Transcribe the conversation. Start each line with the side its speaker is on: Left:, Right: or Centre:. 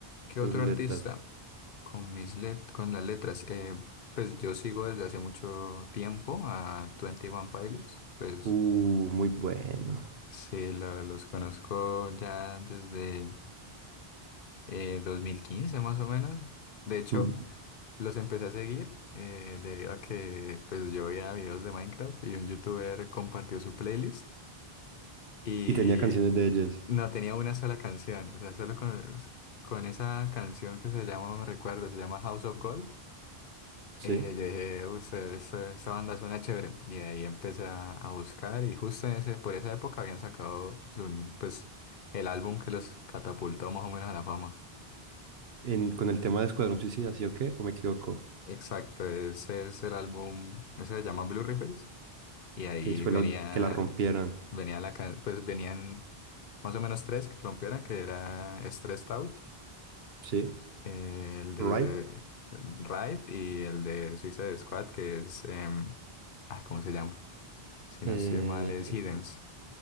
Left: ¿Qué
Right: con
Left: otro
Right: sus
Left: artista?
Right: letras?
Left: Con mis let con las letras. eh, pues yo sigo desde hace mucho tiempo a Twenty One Pilots. Pues
Right: Uh, muy bueno.
Left: sí, lo- los conozco ya desde eh, 2015 más o menos. De hecho,
Right: Mm,
Left: los empecé a seguir eh, debido a que pues yo veía videos de Minecraft y un youtuber compartió su playlist y
Right: Y tenía canciones de ellas,
Left: no tenía una sola canción. O sea, solo con, con esa canción que se llama, no me recuerdo, se llama House of Gold.
Right: ¿sí?
Left: Eh, yo dije, "Uy, esta, esta- esta banda suena chévere. Y ahí empecé a, a buscar y justo en ese, por esa época habían sacado su- pues, el álbum que los catapultó más o menos a la fama.
Right: En, con el tema de Escuadrón Suicida, ¿sí o qué? ¿O me equivoco?
Left: Exacto, ese es el álbum, ese se llama Blue Face y ahí
Right: eh, fue
Left: venía,
Right: lo que la rompieron,
Left: el- venía la, ca- pues venían más o menos tres que rompieran, que era Stressed Out,
Right: ¿sí?
Left: eh, el de
Right: Right?
Left: Ride y el de Suicide Squad, que es, em, ah, ¿cómo se llama? Si
Right: Eh,
Left: no estoy mal, es Hiddens.